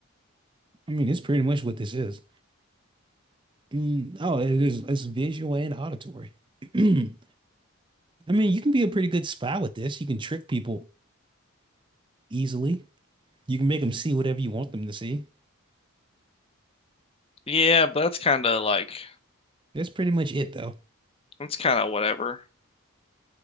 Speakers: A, on the right (about 20°); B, on the left (about 25°).
A: I mean, it's pretty much what this is. Mm, oh, it is. It's visual and auditory. <clears throat> I mean, you can be a pretty good spy with this. You can trick people easily. You can make them see whatever you want them to see.
B: Yeah, but that's kind of like
A: That's pretty much it, though.
B: that's kind of whatever.